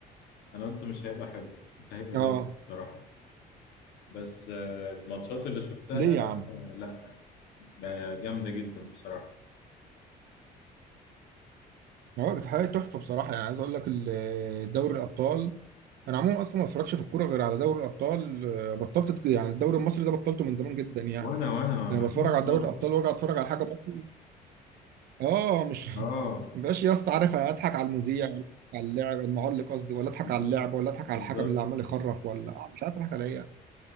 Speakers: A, on the left; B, on the right.
A: أنا قلت مش هيبقى حلو كنت هيبقى
B: اه
A: باين بصراحة بس آه، الماتشات اللي شفتها
B: ليه يا عم
A: آه، لا بقى جامدة جدا بصراحة
B: هو كانت حاجه تحفه بصراحه يعني عايز اقول لك ال- دوري الابطال انا عموما اصلا ما بتفرجش في الكوره غير على دوري الابطال آه، بطلت يعني الدوري المصري ده بطلته من زمان جدا يعني
A: وأنا وأنا
B: لما
A: ما
B: بتفرج
A: فيش
B: على
A: خالص
B: دوري الابطال وارجع اتفرج على حاجه مصري اه مش <laughs>
A: أه
B: مبقاش يا اسطى عارف اضحك على المذيع ولا أضحك على اللاعب المعلق قصدي ولا اضحك
A: بالظبط
B: على اللاعب ولا اضحك
A: بالظبط
B: على الحكم اللي عمال يخرف ولا آه مش عارف اضحك على ايه يعني.